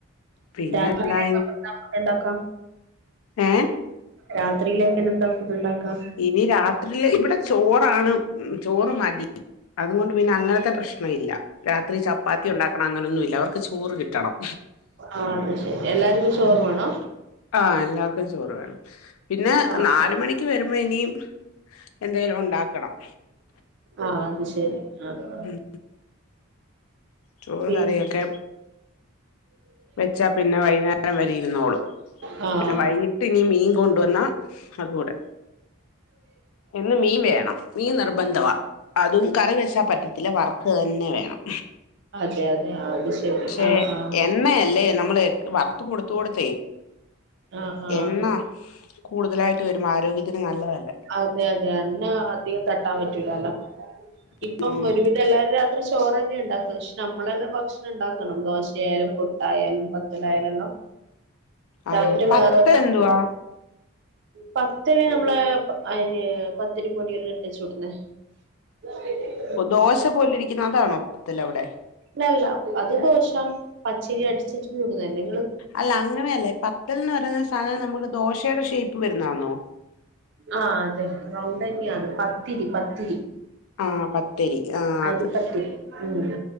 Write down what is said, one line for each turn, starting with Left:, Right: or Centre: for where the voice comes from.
Left: പിന്നെന്താ
Right: ബാ <unintelligible> ഫുഡ്ണ്ടാക്കാ?
Left: ഏഹേ?
Right: രാത്രിയിലേക്ക് ഇന്നെന്താ ഫുഡ്ണ്ടാക്കാ?
Left: ഇനി രാത്രിയില് ഇവിടെ ചോറാണ് ചോറ് മതി അതുകൊണ്ട് പിന്നെ അങ്ങനത്തെ പ്രശ്നം ഒന്നുവില്ല രാത്രി ചപ്പാത്തിയുണ്ടാക്കണം അങ്ങനെയുന്നുവില്ല അവർക്ക് ചോറ് കിട്ടണം
Right: ആഹ് അത് ശരി എല്ലാർക്കും ചോറ്
Left: ഉം
Right: വേണോ
Left: ആഹ് എല്ലാർക്കും ചോറ് വേണം പിന്നെ
Right: ആഹ്
Left: നാല് മണി ക്ക് വരുമ്പോ ഇനി എന്തേലും ഒണ്ടാക്കണം
Right: ആഹ് അത്ശെരി ആഹ് ആഹ്
Left: ഉം ചോറും
Right: പി
Left: കറിയൊക്കെ വെച്ചാ പിന്നെ വൈന്നേരം വെരെ ഇര്ന്നോളും
Right: ആഹ്
Left: പിന്നെ വൈകിയിട്ട് ഇനി മീൻ കൊണ്ടുവന്നാ അതൂടെ എന്നും മീൻ വേണം മീൻ നിർബന്ധവാ അതും കറി വെച്ച പറ്റത്തില്ല വറക്ക്ക തന്നെ വേണം
Right: അതെ അതെ ആ അത് ശരി
Left: പക്ഷെ
Right: ആഹ് ആഹ്
Left: എണ്ണയല്ലേ? നമ്മള് വറുത്ത് കൊടുത്ത് കൊടുത്തേ
Right: ആഹ് ആഹ്
Left: എണ്ണ കൂടുതലായിട്ട് വരുമ്പോ ആരോഗ്യത്തിന് നല്ലതല്ലല്ലോ?
Right: അതെ അതെ എണ്ണ അധികം തട്ടാൻ പറ്റൂലല്ലോ? ഇപ്പം
Left: ഉം
Right: ഒരുവിധം എല്ലാവരും രാത്രി ചോറ് തന്നെ ഉണ്ടാക്കുന്നത് പക്ഷെ നമ്മളെല്ലാം ഭക്ഷണം ഇണ്ടാക്കണം ദോശയായാലും പുട്ട് ആയാലും പത്തലായാലു എല്ലാം
Left: ആ
Right: രാത്രി
Left: പത്തൽ
Right: വേറെ ഇണ്ടാക്കും
Left: എന്തുവാ
Right: പത്തല് നമ്മളെ അരി പത്തിരി പൊടിയെല്ലാം ഇട്ട് ചുടുന്നേ? ഇന്നാ ശരി
Left: ഓഹ് ദോശ പോലിയിരിക്കുന്ന അതാണോ പത്തിലവ്ടെ?
Right: അല്ലല്ല അത് ദോശ പച്ചരി അടിച്ചിട്ട് ചൂടുന്നതല്ലേ?
Left: അല്ല അങ്ങനെയല്ല പത്തൽന്ന് പറയുന്ന സാധനം നമ്മുടെ ദോശയുടെ ഷെയ്പ്പ് വരുന്നയാന്നോ?
Right: ആഹ് അതെ റൗണ്ട് തന്നെയന്ന് പത്തിരി പത്തിരി
Left: ആഹ് പത്തിരി ആഹ്
Right: അരിപ്പത്തിരി
Left: അത്
Right: ഉം